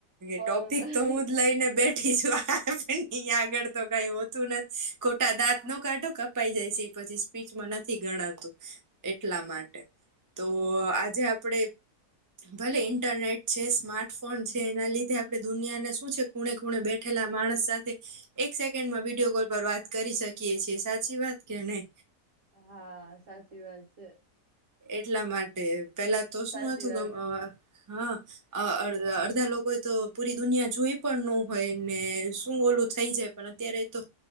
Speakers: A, on the right (about 50°); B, on the right (about 30°).
A: પણ
B: ટોપિક તો હું જ લઈને બેઠી છું અહી આગળ તો કાઈ હોતું નથી ખોટા દાંત નો કાઢો કપાઈ જાય છે એ પછી સ્પીચમાં નથી ગણાતું એટલા માટે તો આજે આપડે ભલે ઇન્ટરનેટ જે સ્માર્ટફોન છે એનાં લીધે આપણે દુનિયાને શું છે ખૂણે ખૂણે બેઠેલા માણસ સાથે એક સેકેન્ડમાં વિડીયો કોલ પર વાત કરી શકીએ છીએ સાચી વાત કે નઈ?
A: હા સાચી વાત છે.
B: એટલા માટે પેલા તો
A: સાચી
B: શું હતું
A: વાત છે
B: <unintelligible> હા અ અડધાં લોકોએ તો પૂરી દુનિયા જોઈ પણ નો હોય ને શું ઓલું થઈ જાય પણ અત્યારે તો